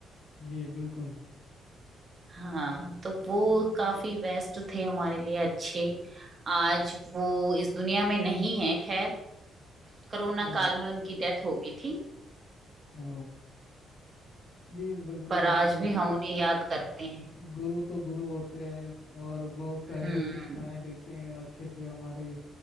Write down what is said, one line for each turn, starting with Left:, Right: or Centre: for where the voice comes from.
Left: जी बिल्कुल
Right: हाँ तो वो काफी बेस्ट थे हमारे लिए अच्छे आज वो इस दुनिया में नहीं है खैर कोरोना
Left: ओ
Right: काल में उनकी डेथ हो गई थी
Left: ओ जी बिल्कुल
Right: पर आज
Left: बिल्कुल
Right: भी हम उन्हें याद करते हैं
Left: गुरु तो गुरु होते हैं और बहुत सारी
Right: हम्म
Left: शिक्षाएं देते हैं अच्छे से हमारे